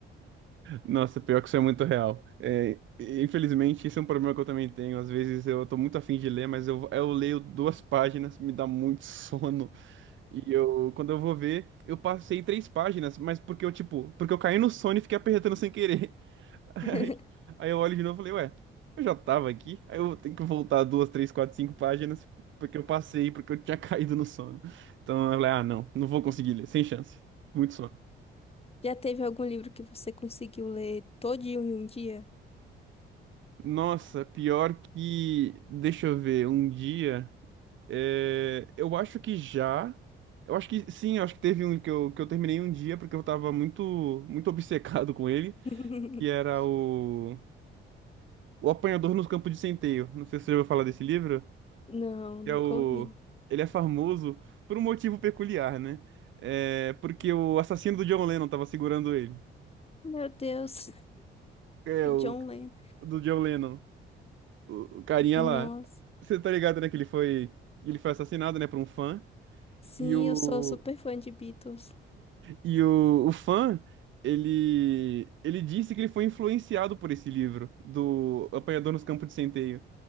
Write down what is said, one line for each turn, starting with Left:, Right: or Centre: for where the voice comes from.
Right: Nossa, pior que isso é muito real. É, infelizmente, isso é um problema que eu também tenho. Às vezes eu tô muito afim de ler, mas eu, eu leio duas páginas, me dá muito <laughs> sono. E eu, quando eu vou ver, eu passei três páginas, mas porque eu, tipo, porque eu caí no sono e fiquei apertando sem querer. <laughs>
Left: <laughs>
Right: Aí, aí eu olho de novo e falei, ué, eu já tava aqui. Aí eu tenho que voltar duas, três, quatro, cinco páginas, porque eu passei, porque eu tinha <laughs> caído no sono. Então eu falei, ah, não, não vou conseguir ler, sem chance. Muito sono.
Left: Já teve algum livro que você conseguiu ler todinho em um dia?
Right: Nossa, pior que. Deixa eu ver, um dia. é, Eu acho que já. Eu acho que sim, eu acho que teve um que eu, que eu terminei um dia porque eu tava muito, muito obcecado com ele,
Left: <laughs>
Right: que era o. O Apanhador no Campo de Centeio. Não sei se você já ouviu falar desse livro,
Left: Não, nunca
Right: que é o.
Left: ouvi.
Right: Ele é famoso por um motivo peculiar, né? É porque o assassino do John Lennon tava segurando ele.
Left: Meu Deus,
Right: É,
Left: o
Right: o
Left: John Lennon.
Right: do John Lennon. o o carinha
Left: Nossa.
Right: lá. Você tá ligado, né? Que ele foi, ele foi assassinado, né, por um fã.
Left: Sim,
Right: E o,
Left: eu sou super fã de Beatles.
Right: e o, o fã, ele, ele disse que ele foi influenciado por esse livro, do Apanhador nos Campos de Centeio.